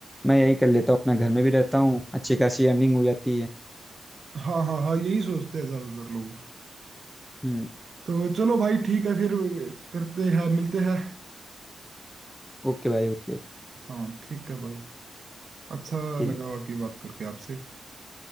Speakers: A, in the centre; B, on the right (about 45°).
A: मैं यही कर लेता हूँ अपना घर में भी रहता हूँ अच्छी खासी अर्निंग हो जाती है
B: हाँ हाँ हाँ यही सोचते हैं ज्यादातर लोग
A: हम्म
B: तो चलो भाई ठीक है फिर करते हैं मिलते हैं
A: ओके भाई ओके
B: हाँ ठीक है भाई अच्छा
A: ठीक
B: लगा बाकी बात करके आपसे